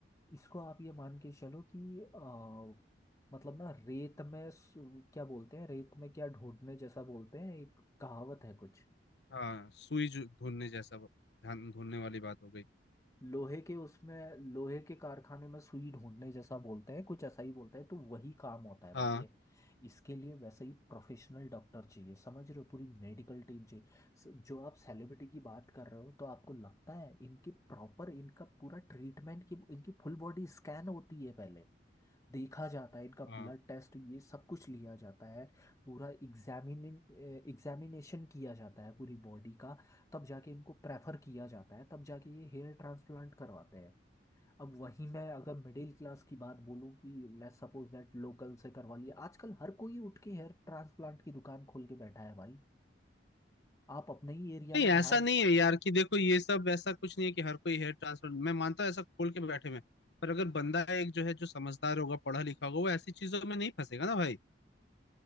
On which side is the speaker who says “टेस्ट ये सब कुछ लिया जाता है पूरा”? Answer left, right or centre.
Left